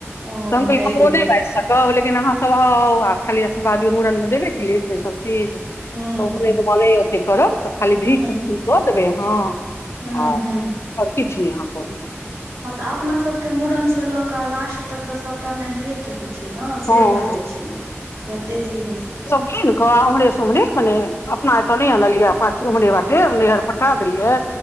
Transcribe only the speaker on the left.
त हम कहलियै
हम
ओ नै बाइज सक कहब लेकिन अहाँ सब आउ आ खाली आशीर्वाद दियौ मूड़न मे देबे केलियै सब चीज त
उपनैन
मे नै ओते करब त खाली भीख
दऽ देबै अहाँ
आ
और किछ नै अहाँ करू।
हँ
किन कऽ ओम्हरे सँ ओम्हरे मने अपना एत नै अनलियै आ पाछू ओम्हरे बाटे नैहर पठा देलियै।